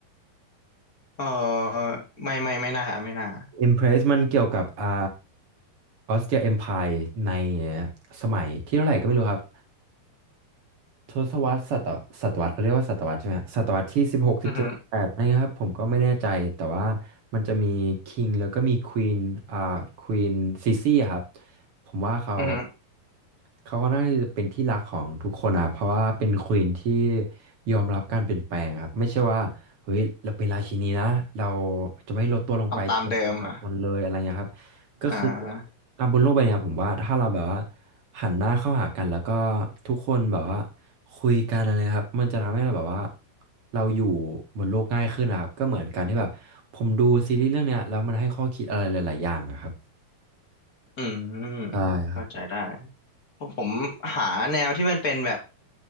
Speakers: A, on the left (about 25°); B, on the right (about 40°).
A: เออไม่ไม่ไม่น่าไม่น่า
B: Impress มันเกี่ยวกับอ่าออสเตรียเอ็มไพร์ในสมัยที่เท่าไหร่ก็ไม่รู้ครับ ทศวรรษศตวศตวรรษเรียกว่าศตวรรษใช่ไหมฮะศตวรรษที่สิบหกสิบเจ็ดแปดอะไรเงี้ยครับผมก็ไม่แน่ใจแต่ว่า
A: อือฮึ
B: มันจะมีคิงแล้วก็มีควีนอ่าควีนซีซี่ครับผมว่าเขา
A: อือฮึ
B: เขาค่อนข้างที่จะเป็นที่รักของทุกคนอ่ะเพราะว่าเป็นควีนที่ยอมรับการเปลี่ยนแปลงครับไม่ใช่ว่าเฮ้ยเราเป็นราชินีนะเราจะไม่ลดตัวลงไปเกี่ยวกับประชาชนเลยอะไรเงี้ยครับก็คือ
A: ทำตามเดิมอ่ะอ่า
B: อ่ะบนโลกใบเนี้ยผมว่าถ้าเราแบบว่าหันหน้าเข้าหากันแล้วก็ทุกคนแบบว่าคุยกันอะไรครับมันจะทำให้เราแบบว่าเราอยู่บนโลกง่ายขึ้นนะครับก็เหมือนการที่แบบผมดูซีรีส์เรื่องเนี้ยแล้วมันให้ข้อคิดอะไรหลายๆอย่างอะครับ
A: อืม
B: ใช่ครับ
A: เข้าใจได้ผมหาแนวที่มันเป็นแบบ